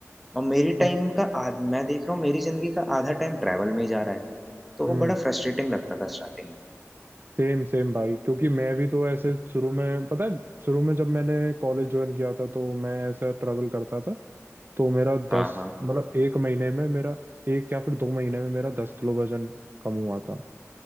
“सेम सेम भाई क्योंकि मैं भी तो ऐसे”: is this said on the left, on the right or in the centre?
Right